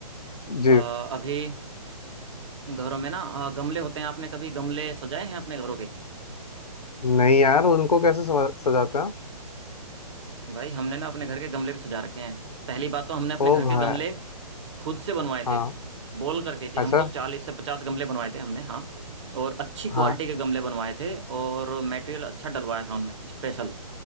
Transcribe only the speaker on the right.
अ, अभी घरों में ना अ, गमले होते हैं आपने कभी गमले सजाए हैं अपने घरों के
भाई हमने ना अपने घर के गमले भी सजा रखे हैं पहली बात तो हमने अपने
घर
के गमले खुद से बनवाए
थे बोल करके कि
हमको चालीस से पचास गमले बनवाए थे हमने हाँ और अच्छी क्वालिटी
के गमले बनवाए थे और मटेरियल अच्छा डलवाया था उनमें स्पेशल